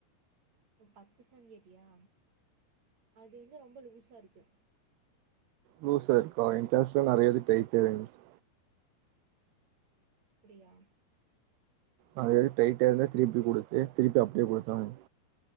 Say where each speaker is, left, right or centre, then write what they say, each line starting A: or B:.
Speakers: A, on the right (about 40°); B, on the right (about 80°).
A: ஓ பத்துச்சா கேட்டியா அது வந்து ரொம்ப லூஸா இருக்கு
B: லூசா இருக்கா என் கிளாஸ்ல நிறையாவது டைட்டாவே இருந்துச்சு
A: அப்புடியா
B: அது எது டைட்டா இருந்தா திருப்பி கொடுத்து திருப்பி அப்டியே கொடுத்தாங்க